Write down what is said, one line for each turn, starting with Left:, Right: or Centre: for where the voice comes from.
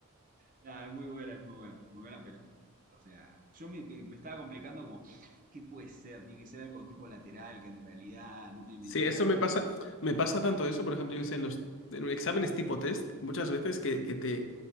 Right: Nah, es muy buena, es muy buena, muy buena, pero, o sea, yo me, me- me estaba complicando como, ¿qué puede ser? Tiene que ser algo tipo lateral, que en realidad no me mencionaron
Left: Sí, eso me pasa,
Right: el...
Left: me pasa tanto eso, por ejemplo, yo que sé, en los en exámenes tipo test, muchas veces que, que te